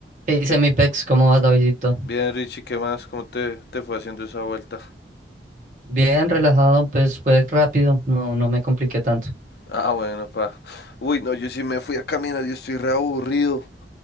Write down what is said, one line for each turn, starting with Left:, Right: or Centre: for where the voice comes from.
Right: ¿Qué dice
Left: ¿Qué?
Right: mi pex? ¿Cómo vas, Davidito?
Left: Bien, Richie, ¿qué más? ¿Cómo te, te fue haciendo esa vuelta?
Right: Bien relajado, pues fue rápido, no, no me compliqué tanto.
Left: Ah, bueno, pa. Uy, no, yo sí me fui a caminar, yo estoy re aburrido.